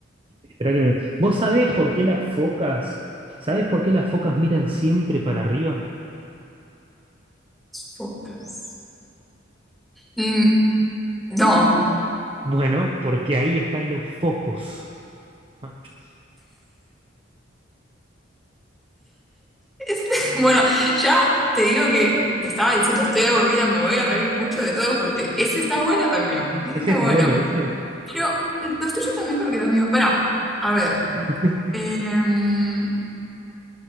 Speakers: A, on the right; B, in the centre.
A: esperá que me... ¿Vos sabés por qué las focas, sabés por qué las focas miran siempre para arriba?
B: Focas. Mm, no.
A: Bueno, porque ahí están los focos. Machos.
B: Es- <laughs> bueno, ya te digo que te estaba diciendo, estoy aburrida, me voy a reír mucho de todos porque ese está bueno también. <laughs> Ese
A: Ese
B: está
A: está
B: bueno.
A: bueno, ¿viste?
B: Pero eh, los tuyos están mejor que los míos. Pará. A ver.
A: <laughs>
B: em,